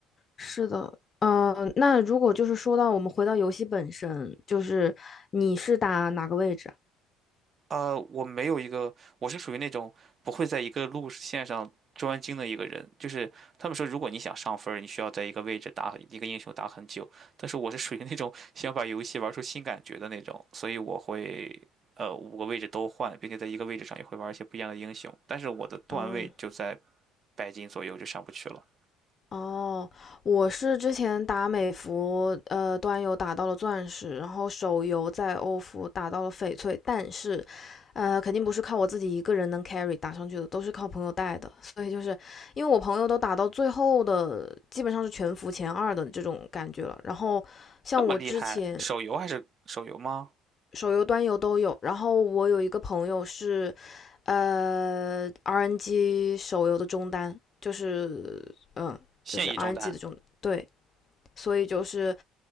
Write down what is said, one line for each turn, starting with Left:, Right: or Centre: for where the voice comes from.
Left: 是的，嗯、那如果就是说到我们回到游戏本身，就是你是打哪个位置啊
Right: 呃，我没有一个，我是属于那种不会在一个路线上专精的一个人。就是他们说，如果你想上分儿你需要在一个位置打一个英雄打很久。但是我是属于那种想把游戏玩出新感觉的那种，所以我会呃五个位置都换，并且在一个位置上也会玩一些不一样的英雄。但是我的段位就在
Left: 嗯，
Right: 百金左右，就上不去了。
Left: 哦，我是之前打美服，呃，端游打到了钻石，然后手游在欧服打到了翡翠，但是，呃，肯定不是靠我自己一个人能 carry 打上去的，都是靠朋友带的，所以就是因为我朋友都打到最后的，基本上是全服前二的这种感觉了。然后像我之前，
Right: 这么厉害，手游还是手游吗？
Left: 手游、端游都有。然后我有一个朋友是，呃，RNG 手游的中单，就是嗯，
Right: 现役中单？
Left: 就是 RNG 的中单对，所以就是